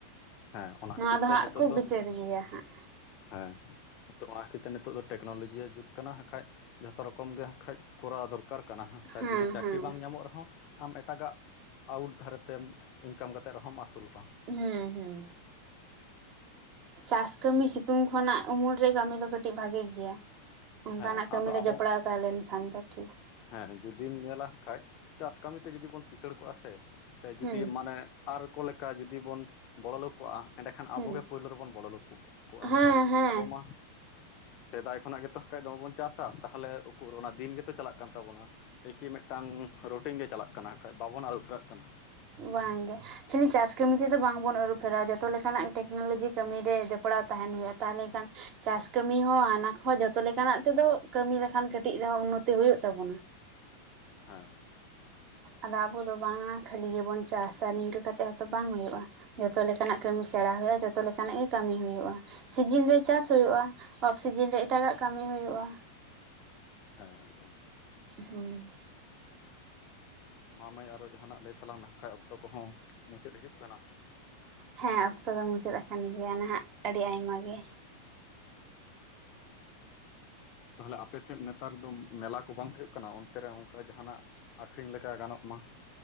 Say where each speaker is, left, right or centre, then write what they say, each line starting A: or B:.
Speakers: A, on the left; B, on the right.
A: ᱦᱮᱸ ᱚᱱᱟ
B: ᱱᱚᱣᱟ
A: ᱠᱷᱟᱹᱛᱤᱨ
B: ᱫᱚ
A: ᱛᱮ
B: ᱦᱟᱸᱜ
A: ᱱᱤᱛᱚᱜ
B: ᱠᱚ
A: ᱫᱚ
B: ᱵᱤᱪᱟᱹᱨ ᱜᱮᱭᱟ ᱦᱟᱸᱜ᱾
A: ᱦᱮᱸ᱾ ᱱᱤᱛᱳᱜ ᱚᱱᱟ ᱠᱷᱟᱹᱛᱤᱨ ᱛᱮ ᱱᱤᱛᱚᱜ ᱫᱚ ᱴᱮᱠᱱᱳᱞᱚᱡᱤᱭᱟ ᱡᱩᱜ ᱠᱟᱱᱟ ᱦᱟᱸᱠᱷᱟᱡ ᱡᱷᱚᱛᱚ ᱨᱚᱠᱚᱢ ᱜᱮ ᱦᱟᱸᱠᱷᱟᱡ ᱠᱚᱨᱟᱣ ᱫᱚᱨ ᱠᱟᱨ ᱠᱟᱱᱟ ᱦᱟᱸᱠᱷᱟᱡ
B: ᱦᱮᱸ
A: ᱡᱩᱫᱤ ᱪᱟᱹᱠᱨᱤ
B: ᱦᱮᱸ
A: ᱵᱟᱝ ᱧᱟᱢᱚᱜ ᱨᱮᱦᱚᱸ ᱟᱢ ᱮᱴᱟᱜᱟᱜ ᱟᱣᱩᱴ ᱫᱷᱟᱨᱮᱛᱮᱢ ᱤᱱᱠᱟᱢ ᱠᱟᱛᱮᱫ ᱨᱮᱦᱚᱸᱢ ᱟᱹᱥᱩᱞᱚᱜᱼᱟ᱾
B: ᱦᱩᱸ ᱦᱩᱸ ᱪᱟᱥ ᱠᱟᱹᱢᱤ ᱥᱤᱛᱩᱝ ᱠᱷᱚᱱᱟᱜ ᱩᱢᱩᱞ ᱨᱮ ᱠᱟᱹᱢᱤ ᱫᱚ ᱠᱟᱹᱴᱤᱡ ᱵᱷᱟᱜᱮ ᱜᱮᱭᱟ, ᱚᱝᱠᱟᱱᱟᱜ
A: ᱦᱮᱸ
B: ᱠᱟᱹᱢᱤ
A: ᱟᱫᱚ
B: ᱨᱮ
A: ᱟᱵᱚ
B: ᱡᱚᱯᱲᱟᱣ ᱛᱟᱦᱮᱸ ᱞᱮᱱᱠᱷᱟᱱ ᱫᱚ ᱴᱷᱤᱠ
A: ᱦᱮᱸ ᱡᱩᱫᱤᱢ ᱧᱮᱞᱟ ᱦᱟᱠᱷᱟᱱᱡ ᱪᱟᱥ ᱠᱟᱹᱢᱤᱛᱮ ᱡᱩᱫᱤ ᱵᱚᱱ ᱠᱤᱥᱟᱹᱲ ᱠᱚᱜᱼᱟ ᱥᱮ, ‌ ᱥᱮ ᱡᱩᱫᱤ
B: ᱦᱩᱸ
A: ᱢᱟᱱᱮ ᱟᱨ ᱠᱚ ᱞᱮᱠᱟ ᱡᱩᱫᱤ ᱵᱚᱱ ᱵᱚᱬᱚ ᱞᱳᱠ ᱠᱚᱜᱼᱟ ᱮᱸᱰᱮ ᱠᱷᱟᱱ
B: ᱦᱩᱸ
A: ᱟᱵᱚᱜᱮ ᱯᱳᱭᱞᱳ ᱨᱮᱵᱚᱱ ᱵᱚᱞᱚ ᱞᱮᱠᱚ ᱠᱚᱜᱼᱟ
B: ᱦᱮᱸ
A: ᱟᱠᱷᱟᱡ,
B: ᱦᱮᱸ
A: ᱟᱵᱚ ᱢᱟ ᱥᱮᱫᱟᱭ ᱠᱷᱚᱱᱟᱜ ᱜᱮᱛᱚ ᱦᱟᱠᱷᱟᱡ ᱫᱚᱢᱮᱵᱚᱱ ᱪᱟᱥᱟ ᱛᱟᱦᱚᱞᱮ ᱩᱠᱩᱨ ᱚᱱᱟ ᱫᱤᱱ ᱜᱮᱛᱚ ᱪᱟᱞᱟᱜ ᱠᱟᱱ ᱛᱟᱵᱚᱱᱟ ᱮᱠᱤ ᱢᱤᱫᱴᱟᱝ ᱨᱩᱴᱤᱝ ᱜᱮ ᱪᱟᱞᱟᱜ ᱠᱟᱱᱟ ᱦᱟᱠᱷᱟᱡ ᱵᱟᱵᱚᱱ ᱟᱹᱨᱩ ᱯᱷᱮᱨᱟᱜ ᱠᱟᱱᱟ᱾
B: ᱵᱟᱝᱜᱮ ᱠᱷᱟᱹᱞᱤ ᱪᱟᱥ ᱠᱟᱹᱢᱤ ᱛᱮᱫᱚ ᱵᱟᱝᱵᱚᱱ ᱟᱹᱨᱩ ᱯᱷᱮᱨᱼᱟ ᱡᱚᱛᱚ ᱞᱮᱠᱟᱱᱟᱜ ᱴᱮᱠᱱᱳᱞᱚᱡᱤ ᱠᱟᱹᱢᱤ ᱨᱮ ᱡᱚᱯᱲᱟᱣ ᱛᱟᱦᱮᱸᱱ ᱦᱩᱭᱩᱜᱼᱟ ᱛᱟᱦᱚᱞᱮ ᱠᱷᱟᱱ ᱪᱟᱥ ᱠᱟᱹᱢᱤ ᱦᱚᱸ ᱦᱟᱱᱟ ᱦᱚᱸ ᱡᱚᱛᱚ ᱞᱮᱠᱟᱱᱟᱜ ᱛᱮᱫᱚ ᱠᱟᱹᱢᱤ ᱞᱮᱠᱷᱟᱱ ᱠᱟᱹᱴᱤᱡ ᱨᱮᱦᱚᱸ ᱩᱱᱱᱚᱛᱤ ᱦᱩᱭᱩᱜ ᱛᱟᱵᱚᱱᱟ᱾
A: ᱦᱮᱸ᱾
B: ᱟᱫᱚ ᱟᱵᱚ ᱫᱚ ᱵᱟᱝᱟ ᱠᱷᱟᱹᱞᱤ ᱜᱮᱵᱚᱱ ᱪᱟᱥᱟ ᱱᱤᱝᱠᱟᱹ ᱠᱟᱛᱮᱫ ᱦᱚᱸᱛᱚ ᱵᱟᱝ ᱦᱩᱭᱩᱜᱼᱟ᱾ ᱡᱷᱚᱛᱚ ᱞᱮᱠᱟᱱᱟᱜ ᱠᱟᱹᱢᱤ ᱥᱮᱬᱟ ᱦᱩᱭᱩᱜᱼᱟ, ᱡᱚᱛᱚ ᱞᱮᱠᱟᱱᱟᱜ ᱜᱮ ᱠᱟᱹᱢᱤ ᱦᱩᱭᱩᱜᱼᱟ᱾ ᱥᱤᱡᱤᱱ ᱨᱮ ᱪᱟᱥ ᱦᱩᱭᱩᱜᱼᱟ, ᱚᱯᱷ ᱥᱤᱡᱤᱱ ᱨᱮ ᱮᱴᱟᱜᱟᱜ ᱠᱟᱹᱢᱤ ᱦᱩᱭᱩᱜᱼᱟ᱾
A: ᱦᱮᱸ ᱮᱠᱫᱚᱢ᱾
B: ᱦᱩᱸ᱾
A: ᱢᱟ ᱢᱟᱹᱭ ᱟᱨᱚ ᱡᱟᱦᱟᱱᱟᱜ ᱞᱟᱹᱭ ᱛᱟᱞᱟᱝ ᱢᱮ ᱦᱟᱠᱷᱟᱡ ᱚᱠᱛᱚ ᱠᱚᱦᱚᱸ ᱢᱩᱪᱟᱹᱫ ᱦᱤᱡᱩᱜ ᱠᱟᱱᱟ᱾
B: ᱦᱮᱸ ᱚᱠᱛᱚ ᱫᱚ ᱢᱩᱪᱟᱹᱫ ᱟᱠᱟᱱ ᱜᱮᱭᱟ ᱱᱟᱦᱟᱜ ᱟᱹᱰᱤ ᱟᱭᱢᱟ ᱜᱮ
A: ᱛᱟᱦᱚᱞᱮ ᱟᱯᱮᱥᱮᱫ ᱱᱮᱛᱟᱨ ᱫᱚ ᱢᱮᱞᱟ ᱠᱚ ᱵᱟᱝ ᱦᱩᱭᱩᱜ ᱠᱟᱱᱟ ᱚᱱᱛᱮ ᱨᱮ ᱚᱱᱠᱟ ᱡᱟᱦᱟᱱᱟᱜ? ᱟᱠᱷᱨᱤᱧ ᱞᱮᱠᱟ ᱜᱟᱱᱚᱜ ᱢᱟ